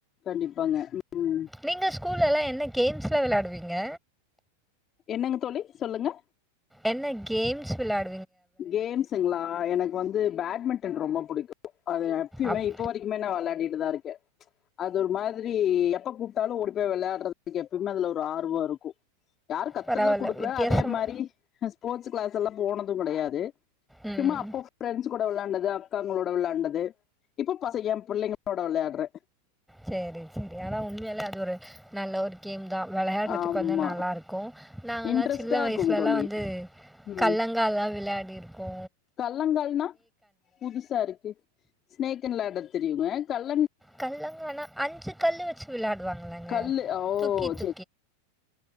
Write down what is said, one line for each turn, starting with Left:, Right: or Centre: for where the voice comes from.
Left: கண்டிப்பாங்க ம் ம்
Centre: நீங்க ஸ்கூலெல்லாம் என்ன கேம்ஸ்லம் வெளையாடுவீங்க
Left: என்னங்க தோழி சொல்லுங்க
Centre: என்ன கேம்ஸ் வெளாடு
Left: கேம்ஸுங்ளா எனக்கு வந்து பேட்மிண்டன் ரொம்ப புடிக்கு அது எப்யுமே
Centre: அப்
Left: இப்போ வரைக் இல்ல நா வெளாடிட்டுதா இருக்க அது ஒரு மாதிரி எப்ப கூப்ட்டாலு ஓடி போய் விளயாடுறதுக் எப்பமே அதுல ஒரு ஆர்வோ இருக்கு யாரு கத்துல்லா
Centre: பரவால்ல.
Left: குடுக்ல
Centre: வித்தியாசமா
Left: அதே மாரி நா ஸ்போர்ட்ஸ் கிளாஸ்லா போனதும் கெடயாது
Centre: ம்.
Left: சும்மா அப்போ ஃப்ரெண்ட்ஸ் கூட வெளாண்டது அக்காங்களோட வெளாண்டது இப்ப பச எ பிள்ளைங்களோட வெளையாடுறே
Centre: சேரி சேரி ஆனா உண்மையாலே அது ஒரு நல்ல ஒரு கேம் தா வெளையாடுறத்துக்கு
Left: ஆமா
Centre: வந்து நல்லாருக் க்கோ நாங்களா
Left: இன்ட்ரெஸ்ட்டா
Centre: சின்ன வயசுலலா
Left: இருக்குங் தோழி
Centre: வந்து
Left: ம்
Centre: கல்லங்காலா விளாடிருக்கோ
Left: கல்லங்கால்னா புதுசா இருக்கு ஸ்னேக்கேன் லேடர் தெரியுங்க கல்ல
Centre: கல்லங்கானா அஞ்சு கல்லு வச்சு விளாடுவாங்களங்க
Left: கல்லு ஓ
Centre: தூக்கி தூக்